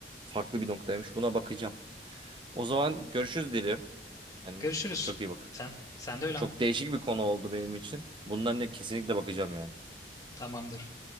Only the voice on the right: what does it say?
farklı bir noktaymış buna bakacağım. O zaman görüşürüz dilim. Yani
çok iyi bak.
Çok değişik bir konu oldu benim için. Bundan ne kesinlikle bakacağım yani.